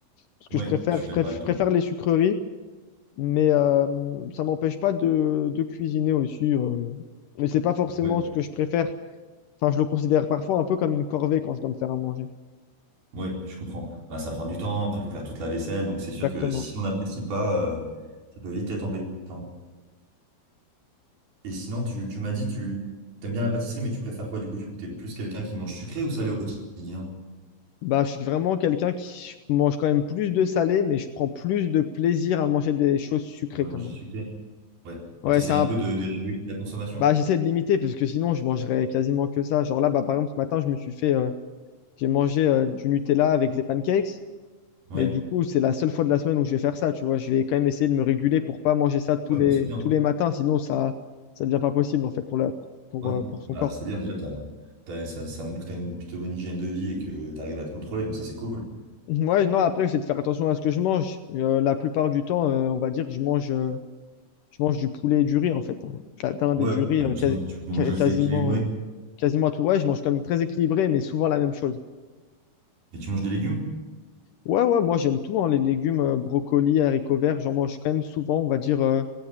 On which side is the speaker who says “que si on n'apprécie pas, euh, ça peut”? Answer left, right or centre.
Right